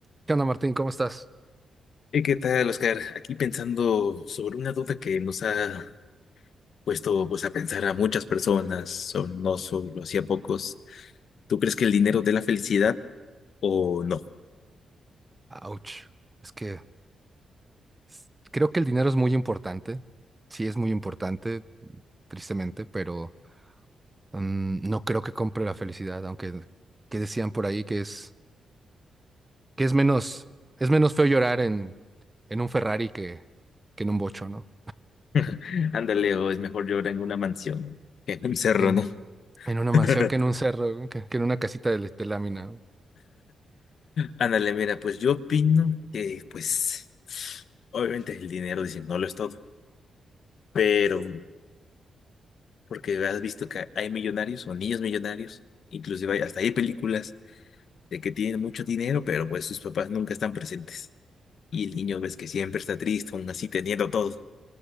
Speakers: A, on the right; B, on the left.
A: ¿Qué onda, Martín? ¿Cómo estás?
B: ¿Y qué tal, Oscar? Aquí pensando sobre una duda que nos ha puesto pues, a pensar a muchas personas, so- no solo así a pocos. ¿Tú crees que el dinero dé la felicidad o no?
A: Ouch. Es que s- creo que el dinero es muy importante. Sí, es muy importante, tristemente, pero mm, no creo que compre la felicidad, aunque que decían por ahí que es que es menos es menos feo llorar en, en un Ferrari que, que en un bocho, ¿no?
B: <laughs> Ándale, o es mejor llorar en una mansión que en un cerro,
A: En,
B: ¿no?
A: en una mansión
B: <laughs>
A: que en un cerro, que, que en una casita de, lé- de lámina. ¿no?
B: Ándale, mira, pues yo opino que, pues, obviamente el dinero, dicen, no lo es todo, pero porque has visto que hay millonarios o niños millonarios, inclusive hay- hasta hay películas de que tienen mucho dinero, pero pues sus papás nunca están presentes. Y el niño ves que siempre está triste, aún así teniendo todo.